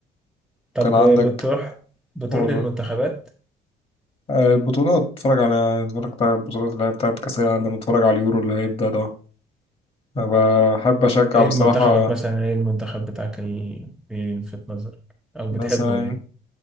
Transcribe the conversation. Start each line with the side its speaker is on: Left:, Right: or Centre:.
Centre: طب
Left: كان عندك
Centre: بتروح بتروح
Left: قولوا
Centre: للمنتخبات
Left: آه، البطولات اتفرج على اتفرجت على البطولات اللي هي بتاعت كأس العالم لما اتفرج على اليورو اللي هيبدأ ده أنا بحب أشجع
Centre: ايه
Left: بصراحة
Centre: منتخبك مثلا ايه المنتخب بتاعك اللي في نظرك او بتحبه
Left: مثلا
Centre: يعني